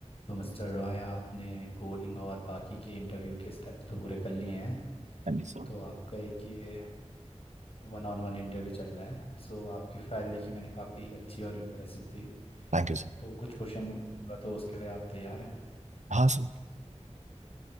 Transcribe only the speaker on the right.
Thank you sir
Thank you sir
हाँ sir